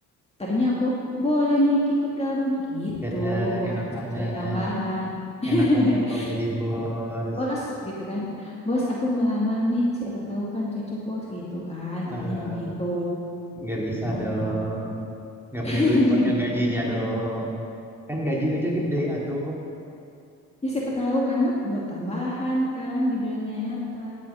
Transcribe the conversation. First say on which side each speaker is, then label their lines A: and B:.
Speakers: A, on the left; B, in the centre.
A: Tadinya aku boleh nih ikut gabung gitu
B: Gak ada
A: buat
B: enak
A: cari-cari
B: banget,
A: tambahan. <laughs>
B: enak banget kalau jadi bos.
A: Bos gitu kan. Bos aku melamar nih, siapa tahu kan cocok bos gitu kan. Tadinya
B: Eh,
A: mau gitu.
B: Nggak bisa
A: Mm-mm.
B: dong, nggak
A: <laughs>
B: punya duit buat ngegajinya dong. Kan gaji aja gede atuh.
A: Ya siapa tahu kan Mat buat tambahan kan di dunia nyata